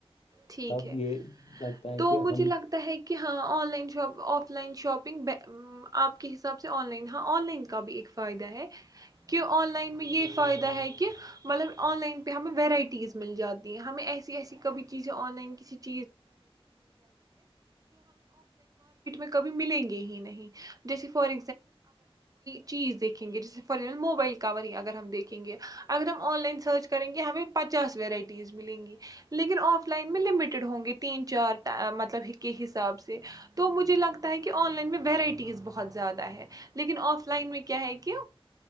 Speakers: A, on the right (about 35°); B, on the left (about 75°).
A: ٹھیک
B: تب
A: ہے۔
B: یہ لگتا ہے
A: تو
B: کہ
A: مجھے
B: ہم
A: لگتا ہے کہ ہاں online shop offline shopping آپ کے حساب سے آن لائن ہاں آن لائن کا بھی ایک فائدہ ہے کہ آن لائن میں یہ فائدہ ہے کہ مطلب آن لائن پہ ہمیں ورائٹیز مل جاتی ہیں ہمیں ایسی ایسی کبھی ات کیں گ جیسے فگر چیز دیکھیں گے جیو دیکھیں گے ا ل سرچ کریں گے پاس میں گی آف لائن میں لمیٹیڈ ہوں گے تین چار مطلب کے حساب سے تو مجھے لگتا ہے کہ آن لائن میں ویرائٹیز بہت زیادہ ہے لیکن آف لائن میں کیا ہے کہ